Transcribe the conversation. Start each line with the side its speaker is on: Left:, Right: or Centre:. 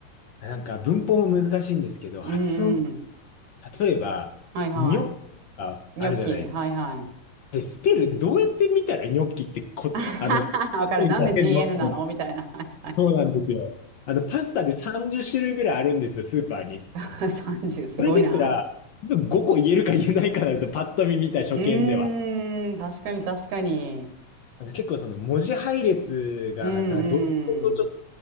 Left: なんか文法も難しいんですけど、
Right: うんうん。
Left: 発音、例えば、
Right: はいはい。
Left: ニョッキがあるじゃない。
Right: ニョッキ、はいはい。
Left: え、スペルどうやって見たらニョッキってこ、
Right: <laughs>
Left: あの、
Right: わかる。
Left: 出せるのと思って
Right: なんで GN なのみたいな。はいはい。
Left: そうなんですよ。あの、パスタで30種類ぐらいあるんですよ、スーパーに。
Right: <laughs> 30、すごいな。
Left: それですら、5個言えるか言えないかなんですよ。パッと見見た初見では。
Right: うーん、確かに確かに。
Left: なんか結構その文字配列が、
Right: うん
Left: な、どことちょっ
Right: うん。